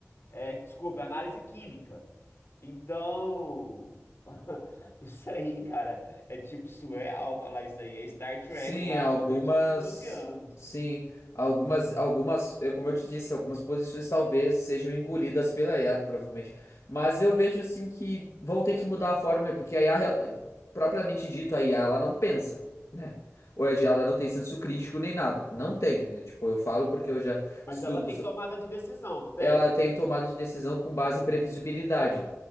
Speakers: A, on the left; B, on the left.
A: É, desculpa, análise química. Então, <laughs> isso aí, cara, é tipo surreal falar isso aí. É Star Trek
B: Sim,
A: lá
B: algumas.
A: quando eu tinha 12 anos.
B: Sim, algumas, algumas, é como eu te disse, algumas posições talvez sejam engolidas pela IA, provavelmente. Mas eu vejo assim que vão ter que mudar a forma, porque a IA, real- propriamente dito, a IA, ela não pensa, né? Ou a IA, ela não tem senso crítico nem nada. Não tem. né? Tipo, eu falo porque eu já
A: Mas
B: estudo,
A: ela tem tomada de decisão, não tem?
B: ela tem tomada de decisão com base em previsibilidade.